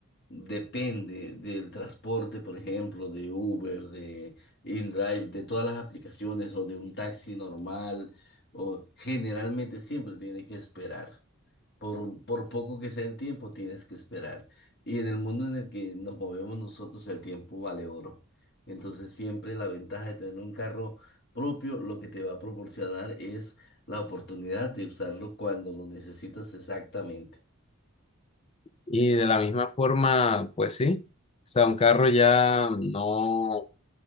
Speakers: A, on the left (about 55°); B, on the left (about 30°).
A: depende del transporte, por ejemplo, de Uber, de InDrive, de todas las aplicaciones o de un taxi normal, o generalmente siempre tiene que esperar. Por, un- por poco que sea el tiempo, tienes que esperar. Y en el mundo en el que nos movemos nosotros, el tiempo vale oro. Entonces, siempre la ventaja de tener un carro propio, lo que te va a proporcionar es la oportunidad de usarlo cuando lo necesitas exactamente.
B: Y de la misma forma, pues sí. O sea, un carro ya no.